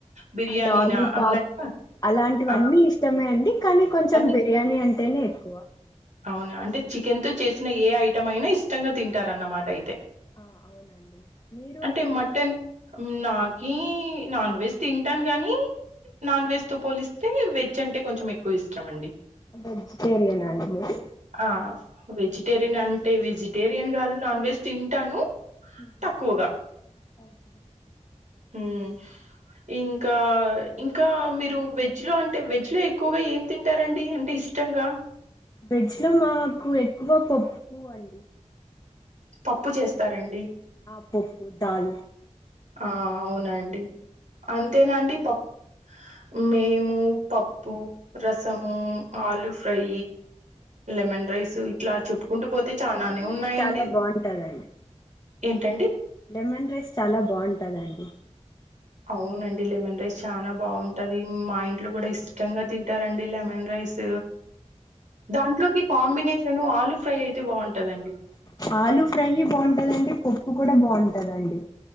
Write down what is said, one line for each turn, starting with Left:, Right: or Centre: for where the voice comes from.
Right: బిర్యానీనా
Left: లాలిపాప్
Right: అన్నట్టుగా
Left: అలాంటివన్నీ
Right: ఆ!
Left: ఇష్టమే అండి కానీ కొంచెం
Right: అంటే
Left: బిర్యానీ అంటేనే ఎక్కువ
Right: అవునా అంటే చికెన్
Left: ఉమ్,
Right: తో చేసిన ఏ ఐటం అయినా ఇష్టంగా తింటారన్నమాట అయితే
Left: ఆ అవునండి మీరు
Right: అంటే
Left: అండి
Right: మటన్ నాకి నాన్ వెెజ్ తింటాను గానీ నాన్ వెజ్ తో పోలిస్తే వెజ్ అంటే కొంచెం ఎక్కువ ఇష్టం అండి
Left: వెజిటేరియన్ అండి మీరు
Right: ఆ! వెజిటేరియన్ అంటే వెజిటేరియన్ కాదు నాన్ వెజ్ తింటాను
Left: ఉహు
Right: తక్కువగా.
Left: ఒకే
Right: ఉమ్ ఇంకా ఇంకా మీరు వెజ్ లో అంటే వెజ్ లో ఎక్కువగా ఏం తింటారండి అంటే ఇ ఇష్టంగా
Left: వెజ్ లో మాకు ఎక్కువ పప్పు అండి
Right: పప్పు చేస్తారండి
Left: ఆ పప్పు దాల్
Right: ఆ అవునండి అంతేనండి
Left: మీరు అండి
Right: పప్పు మేము పప్పు రసము ఆలుఫ్రై లెమన్ రైస్ ఇట్లా చెప్పుకుంటూ పోతే
Left: ఆ
Right: చాలానే
Left: లెమన్
Right: ఉన్నాయండి
Left: రైస్ చాలా బాగుంటదండి
Right: ఏంటండి
Left: లెమన్ రైస్ చాలా బావుంటాదండి
Right: అవునండి లెమన్ రైస్ చానా బాగుంటది మా ఇంట్లో కూడా ఇష్టంగా తింటారండి లెమన్ రైస్ దాంట్లోకి కాంబినేషన్ ఆలుఫ్రై అయితే బాగుంటదండి
Left: ఆలు ఫ్రై బాగుంటదండి పప్పు కూడా బాగుంటదండి